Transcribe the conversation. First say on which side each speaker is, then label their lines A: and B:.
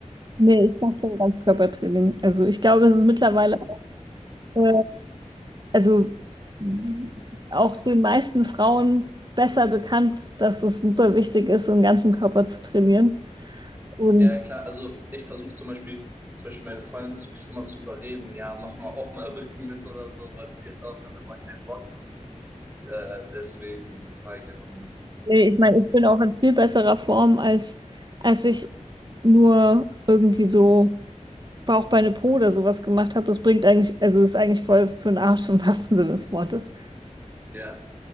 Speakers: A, on the right (about 35°); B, on the right (about 15°).
A: Nee, ich mache schon Ganzkörpertraining. Also ich glaube, es ist mittlerweile, äh, also mh, auch den meisten Frauen besser bekannt, dass es super wichtig ist, den ganzen Körper zu trainieren. und
B: Ja, ja klar, also ich versuche zum Beispiel, zum Beispiel meine Freundin versuche ich immer zu überreden, ja, mach mal auch mal Rücken mit oder so, weil sie hat auch dann immer keinen Bock und äh, deswegen frage ich einfach nur.
A: Nee, ich meine, ich bin auch in viel besserer Form, als, als ich nur irgendwie so Bauchbeine Po oder sowas gemacht habe. Das bringt eigentlich, also ist eigentlich voll für den Arsch im wahrsten Sinne des Wortes.
B: Ja,